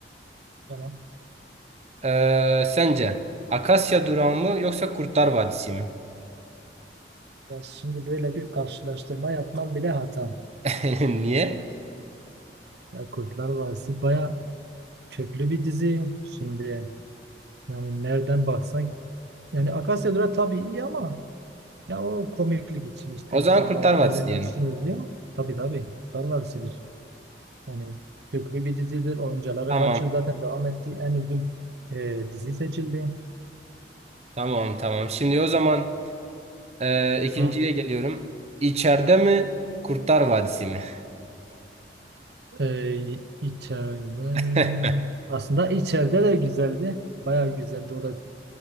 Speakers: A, on the right; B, on the right.
A: Tamam.
B: Eee, sence Akasya Durağı mı yoksa Kurtlar Vadisi mi?
A: Ya şimdi böyle bir karşılaştırma yapmam bile hata.
B: <laughs> Niye?
A: Ya Kurtlar Vadisi baya köklü bir dizi. Şimdi yani nereden baksan yani Akasya Durağı tabii iyi ama ya o komiklik için işte
B: O
A: insanlar
B: zaman Kurtlar Vadisi
A: eğlenmek
B: diyelim.
A: için izliyor. Tabii tabii. Kurtlar Vadisi'dir. Yani köklü bir dizidir. Oyuncuları
B: Tamam
A: kaç yıl zaten devam etti. En uzun e, dizi seçildi.
B: tamam tamam. Şimdi o zaman Ee, ikinciye
A: Hı
B: geliyorum. İçeride mi? Kurtlar Vadisi mi?
A: Ee, içeride
B: <laughs>
A: aslında içeride de güzeldi. Bayağı güzeldi. O da